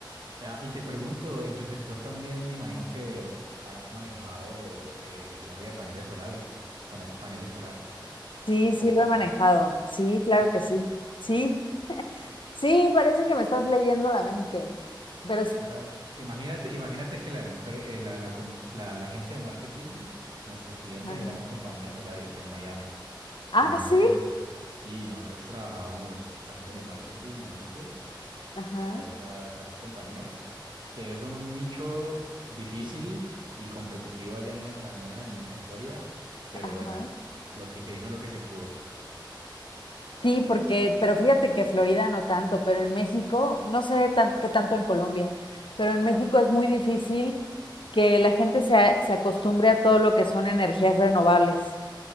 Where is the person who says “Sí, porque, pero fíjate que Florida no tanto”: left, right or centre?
Left